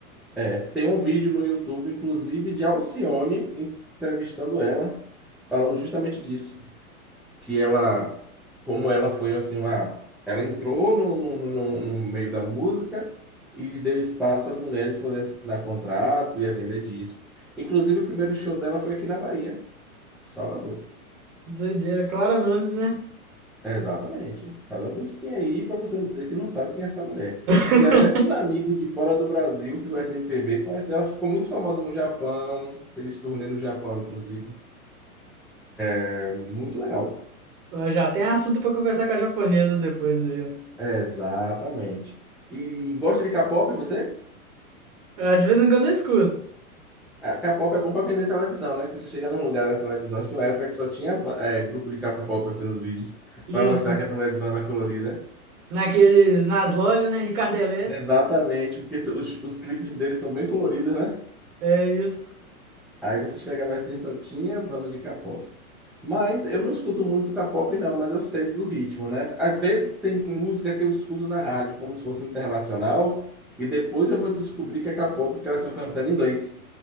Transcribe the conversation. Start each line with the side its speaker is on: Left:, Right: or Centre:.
Centre: É, tem um vídeo no YouTube, inclusive, de Alcione entrevistando ela, falando justamente disso. Que ela, como ela foi assim, uma, ela entrou no, no, no, no meio da música e deu espaço às mulheres poderem assinar contrato e a vender disco. Inclusive, o primeiro show dela foi aqui na Bahia, Salvador.
Right: Doideira, Clara Nunes, né?
Centre: Exatamente. Faz uma busquinha aí para você não dizer que não sabe quem é essa mulher.
Right: <laughs>
Centre: Que até meus amigos de fora do Brasil que conhecem MPB conhecem. Ela ficou muito famosa no Japão, fez turnê no Japão, inclusive. É muito legal.
Right: Ó, Já tem assunto pra conversar com a japonesa depois aí. ó.
Centre: Exatamente. E gosta de K-pop, você?
Right: Ah, De vez em quando eu escuto.
Centre: Ah, K-pop é bom para vender televisão, né? Porque você chega num lugar da televisão, tinha uma época que só tinha é, grupo de K-pop assim nos vídeos,
Right: Isso.
Centre: para mostrar que a televisão era colorida.
Right: Naqueles, nas lojas, né? Ricardo Eletro.
Centre: Exatamente, porque os, os clipes deles são bem coloridos, né?
Right: É isso.
Centre: Aí você chegava assim, só tinha banda de K-pop. Mas eu não escuto muito K-pop, não, mas eu sei do ritmo, né? Às vezes tem música que eu escuto na rádio, como se fosse internacional, e depois eu vou descobrir que é K-pop, que elas estão cantando em inglês.